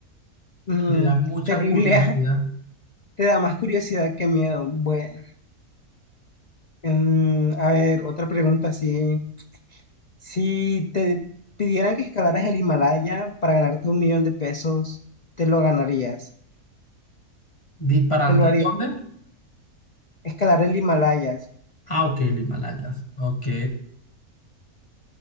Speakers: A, on the left (about 80°); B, on the left (about 20°).
A: Mm,
B: me da mucha
A: terrible,
B: curiosidad.
A: <laughs> te da más curiosidad que miedo. Bueno, mm, a ver, otra pregunta, si, si te pidieran que escalaras el Himalaya para ganarte un millón de pesos, ¿te lo ganarías?
B: ¿Disparante
A: ¿Te lo harías?
B: de dónde?
A: Escalar el Himalaya.
B: Ah, ok, el Himalayas. Ok.